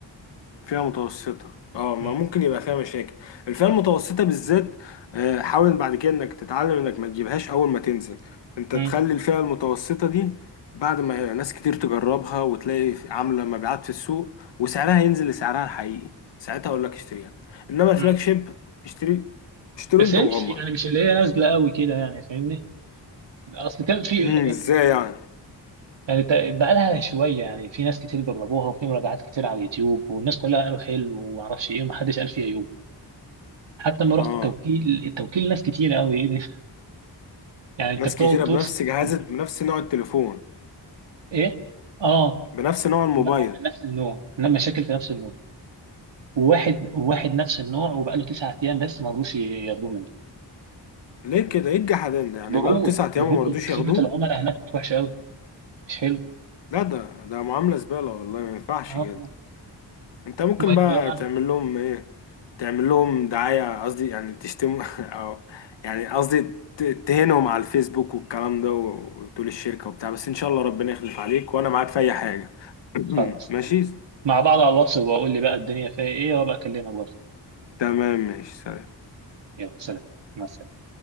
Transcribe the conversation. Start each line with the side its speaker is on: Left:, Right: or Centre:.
Left: فئة متوسطة اه ما
Right: مم.
Left: ممكن يبقى فيها مشاكل الفئة المتوسطة بالذات آه، حاول بعد كده انك تتعلم انك ما تجيبهاش اول ما تنزل انت
Right: مم.
Left: تخلي الفئة المتوسطة دي بعد ما ناس كتير تجربها وتلاقي عاملة مبيعات في السوق وسعرها ينزل لسعرها الحقيقي ساعتها اقول لك اشتريها انما الفلاج
Right: مم.
Left: شيب اشتري اشتري
Right: بس
Left: وانت
Right: هي
Left: مغمض
Right: مش يعني مش اللي هي نازلة قوي كده يعني فاهمني اصل كان في
Left: امم ازاي يعني
Right: يعني تق- بقالها شوية يعني في ناس كتير جربوها وفي مراجعات كتير على اليوتيوب والناس كلها قالوا حلو ومعرفش ايه ومحدش قال فيه عيوب حتى لما رحت
Left: اه
Right: التوكيل التوكيل ناس كتير قوي ايه ده <laughs> يعني انت
Left: ناس
Right: بتقعد
Left: كتيرة
Right: طول
Left: بنفس
Right: سنتين.
Left: جهاز بنفس نوع التليفون
Right: ايه اه
Left: بنفس نوع الموبايل
Right: كلهم من نفس النوع عندنا مشاكل في نفس النوع وواحد واحد نفس النوع وبقاله تسعة ايام بس ما رضوش ياخدوه منه
Left: ليه كده ايه الجحدان ده يعني
Right: برود
Left: بقاله تسعة
Right: برود
Left: ايام ومرضوش
Right: خدمة
Left: ياخدوه
Right: العملاء هناك وحشة أوي مش حلو
Left: لا ده ده معاملة زبالة والله ما ينفعش
Right: اه
Left: كده انت ممكن
Right: المهم
Left: بقى
Right: بقى
Left: تعمل لهم ايه تعمل لهم دعاية قصدي يعني تشتم <laughs> او يعني قصدي ت- تهينهم على الفيسبوك والكلام ده وتقول الشركة وبتاع بس ان شاء الله ربنا يخلف عليك وانا معاك في اي حاجة
Right: خلاص
Left: <clears throat> ماشي
Right: تمام مع بعض على الواتس وبقول لي بقى الدنيا فيها إيه وأبقى أكلمك برضه
Left: تمام ماشي سلام
Right: يلا سلام مع السلامة